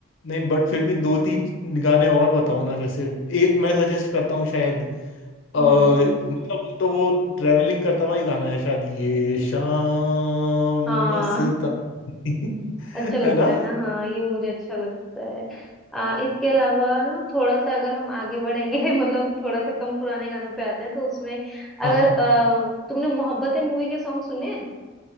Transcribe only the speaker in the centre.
हम्म हम्म।
हाँ
अच्छा लगता
है ना हाँ ये मुझे अच्छा लगता है आ, इसके अलावा ना थोड़ा सा अगर हम आगे बढ़ेंगे <laughs> मतलब थोड़ा सा कम पुराने गानों पे आते हैं तो उसमें अगर
आ, तुमने मोहब्बतें मूवी के सॉन्ग सुने हैं?